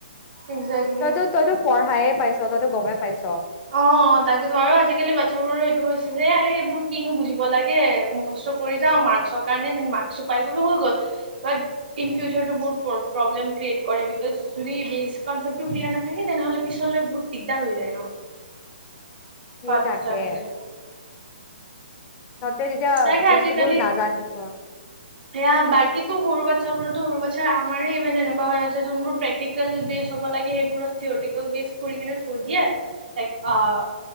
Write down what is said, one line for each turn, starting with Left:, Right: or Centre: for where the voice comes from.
Right: একজেক্টলি
Left: তইতো-তইতো পঢ়ায়ে- পাইছ তহঁতে গমে পাইছ ।
Right: অ' তাকেতো আৰু আজিকালি বাচ্ছাবোৰৰ এইটো হৈছে যে আৰে এইবোৰ কিনো বুজিব লাগে মুখস্থ কৰি যাও, মাৰ্কছৰ কাৰণে মাৰ্কছটো পাই গ'লো হৈ গ'ল । বাট ইন ফিউচাৰ বহুত প্ৰবলেম ক্ৰিয়েট কৰে বিকজ যদি বেচিক কনচেপটো ক্লিয়াৰ নাথাকে তেনেহ'লে পিছত বহুত দিগদাৰ হৈ যায় ন । <unintelligible>
Left: সেই তাকে তহঁতে তেতিয়া
Right: তাকে
Left: বস্তুবোৰ
Right: আজিকালি
Left: নাজানিব
Right: সেয়া বাকীতো সৰু বা- সেইবোৰতো সৰু বাচ্ছা, আমাৰ ইভেন এনেকুৱা হৈ আছে যোনবোৰ প্ৰেক্টিকেল বেচ হ'ব লাগে । সেইবোৰত থিয়ৰিটিকেল বেচ কৰি কিনে থৈ দিয়ে । আ'